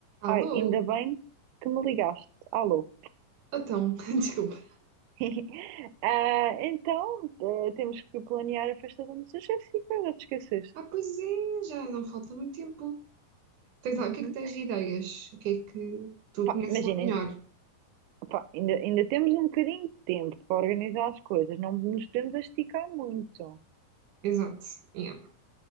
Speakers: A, on the right (about 65°); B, on the right (about 85°).
A: Alô?
B: Ai, ainda bem que me ligaste. Alô.
A: Então, <laughs> desculpa.
B: <laughs> Ah, então, eh, temos que planear a festa da nossa Jéssica, já te esqueceste.
A: Ah, pois é, já não falta muito tempo. Tens,
B: Uhum.
A: lá- o que é que tens de ideias? O que é que tu
B: Pá,
A: conheces
B: imaginem,
A: lá melhor?
B: pá, ainda, ainda temos um bocadinho de tempo para organizar as coisas, não nos podemos esticar muito.
A: Exato. yeah.